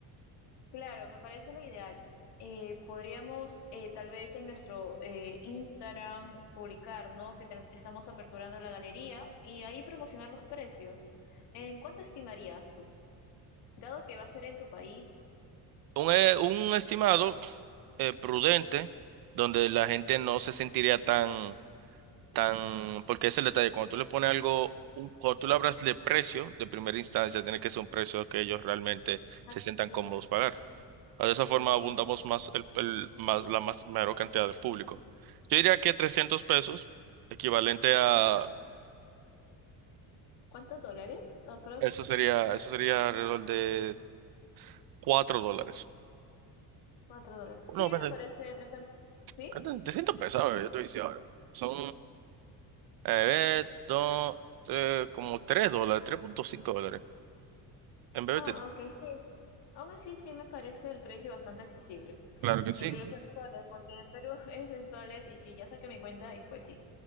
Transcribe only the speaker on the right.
Un, eh, un estimado eh, prudente, donde la gente no se sentiría tan, tan, porque es el detalle, cuando tú le pones algo, un- cuando tú le hablas de precio, de primera instancia, tiene que ser un precio que ellos realmente
se sientan cómodos
pagar. De esa
forma abundamos más, el, el- más la más, mayor cantidad de público. Yo diría que 300 pesos, equivalente a,
eso sería, eso sería alrededor de 4 dólares.
No, perdón,
¿cuánto? 300 pesos, ahora yo te voy a decir ahora. Son Eh, dos, tre- como 3 dólares, tres punto 5 dólares. En vez
de tener-
claro que
sí,